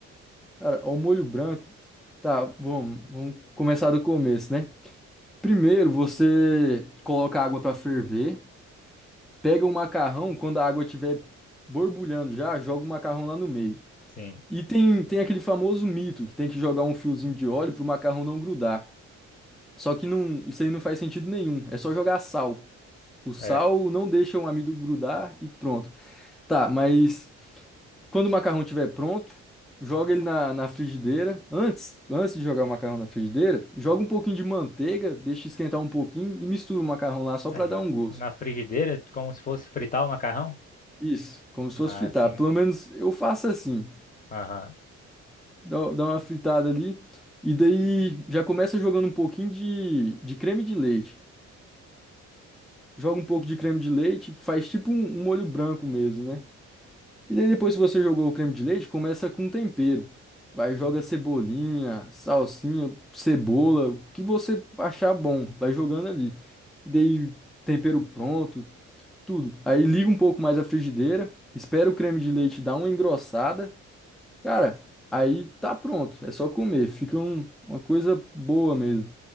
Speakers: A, in the centre; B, on the left.
A: cara, ó, o molho branco. Tá, vamos, vamos começar do começo, né? Primeiro, você coloca a água pra ferver, pega o macarrão, quando a água estiver borbulhando já, joga o macarrão lá no meio.
B: Sim.
A: E tem, tem aquele famoso mito que tem que jogar um fiozinho de óleo pro macarrão não grudar. Só que não, isso aí não faz sentido nenhum. É só jogar sal. O sal
B: É.
A: não deixa o amido grudar e pronto. Tá, mas quando o macarrão estiver pronto, joga ele na, na frigideira. Antes, antes de jogar o macarrão na frigideira, joga um pouquinho de manteiga, deixa esquentar um pouquinho e mistura o macarrão lá só
B: Aí,
A: para dar um gosto.
B: na frigideira, como se fosse fritar o macarrão?
A: Isso, como se fosse
B: Ah,
A: fritar.
B: sim.
A: Pelo menos eu faço assim.
B: Aham.
A: Dá, dá uma fritada ali. E daí já começa jogando um pouquinho de, de creme de leite. joga um pouco de creme de leite, faz tipo um, um molho branco mesmo, né? E daí depois que você jogou o creme de leite, começa com tempero. Vai, joga cebolinha, salsinha, cebola, o que você achar bom, vai jogando ali. E daí tempero pronto, tudo. Aí liga um pouco mais a frigideira, espera o creme de leite dar uma engrossada. Cara, aí tá pronto, é só comer, fica um- uma coisa boa mesmo.